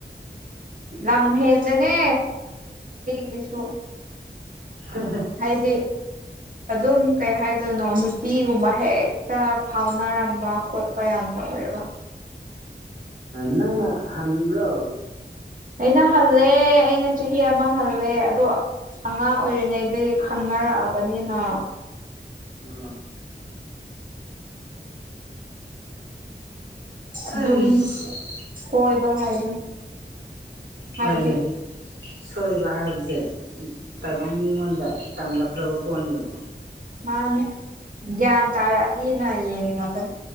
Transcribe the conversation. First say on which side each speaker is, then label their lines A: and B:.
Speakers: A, on the right (about 50°); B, on the right (about 80°).
A: ꯅꯝ ꯍꯗꯅꯦ ꯍꯁꯨꯨ
B: ꯍ ꯍ
A: ꯍꯥꯏꯗꯤ ꯑꯗꯨꯝ ꯀꯩ ꯍꯥꯏꯗꯣꯏꯅꯣ ꯅꯨꯄꯤꯒꯨꯝꯕ ꯍꯦꯛꯇ ꯐꯥꯎꯅꯔꯝꯕ ꯈꯣꯠ ꯀꯌꯥꯝ ꯇꯧꯋꯦꯕ
B: ꯅꯪꯅ ꯍꯟꯕ꯭ꯔꯣ
A: ꯑꯩꯅ ꯍꯜꯂꯦ ꯑꯩꯅ ꯆꯍꯤ ꯑꯃ ꯍꯜꯂꯦ ꯑꯗꯣ ꯑꯉꯥꯡ ꯑꯣꯏꯔꯤꯉꯩꯗꯒꯤ ꯈꯪꯅꯔꯛꯑꯕꯅꯤꯅ
B: ꯑ
A: ꯑꯗꯨꯝ
B: ꯑꯁ
A: ꯍꯣꯏꯕ ꯍꯥꯏꯗꯨ ꯍꯥꯏꯗꯤ
B: ꯍꯣꯏꯅꯦ ꯁꯣꯏꯕ ꯍꯥꯏꯕꯁꯦ ꯇꯥꯏꯕꯪ ꯃꯤꯉꯣꯟꯗ ꯇꯝꯂꯛꯈ꯭ꯔꯕ ꯄꯣꯠꯅꯦꯕ
A: ꯃꯥꯅꯦ ꯒ꯭ꯌꯥꯟ ꯇꯥꯔꯛꯑꯗꯤꯅ ꯌꯦꯡꯉꯒꯅꯤ